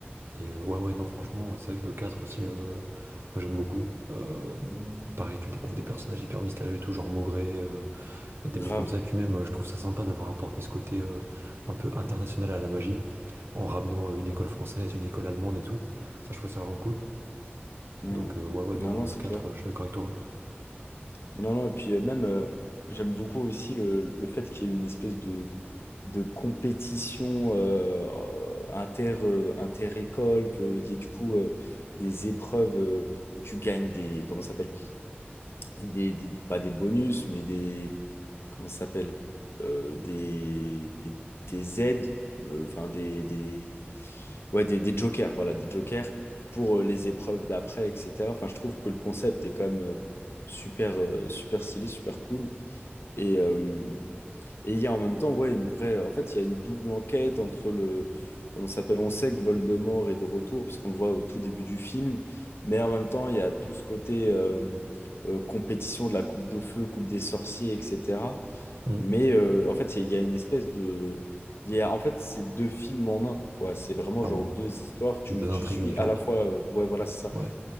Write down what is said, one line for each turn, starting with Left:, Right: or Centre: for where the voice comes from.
Right: Et euh, ouais, ouais, non, franchement, c'est vrai que le 4 aussi, euh, moi j'aime beaucoup. Euh, pareil, tu découvres des personnages hyper mystérieux et tout, genre Maugré. euh, des mecs
Left: Grave.
Right: comme ça. Et puis même, euh, je trouve ça sympa d'avoir apporté ce côté euh, un peu international à la magie, en ramenant euh, une école française, une école allemande et tout. Ça, je trouve ça vraiment cool.
Left: Hmm.
Right: Donc, euh, ouais, ouais,
Left: Non,
Right: non,
Left: non,
Right: euh, le
Left: c'est
Right: 4
Left: clair.
Right: euh, je suis d'accord avec toi, ouais.
Left: Non, non, et puis euh, même, euh, j'aime beaucoup aussi le, le fait qu'il y ait une espèce de, de compétition euh, euh, inter, euh, inter-école, qu'il y ait du coup euh, des épreuves euh, où tu gagnes des, comment ça s'appelle, des, des- pas des bonus, mais des, comment ça s'appelle? Euh, des, des, des aides, euh, enfin des, des, ouais, des, des jokers, voilà, des jokers pour euh, les épreuves d'après, etc. Enfin, je trouve que le concept est quand même euh, super, euh, super stylé, super cool. Et, euh, et il y a en même temps, ouais, une vraie. En fait, il y a une double enquête entre le. Comment ça s'appelle? On sait que Voldemort est de retour, puisqu'on le voit au tout début du film. Mais en même temps, il y a tout ce côté euh, euh, compétition de la coupe de feu, coupe des sorciers, etc.
Right: Mm.
Left: Mais euh, en fait, il y, a il y a une espèce de... il Y a, en fait, c'est deux films en un, quoi. C'est vraiment
Right: Clairement.
Left: genre deux histoires. Tu,
Right: Deux
Left: tu
Right: intrigues
Left: suis
Right: différentes.
Left: à la fois... euh, ouais, voilà, c'est ça.
Right: Ouais.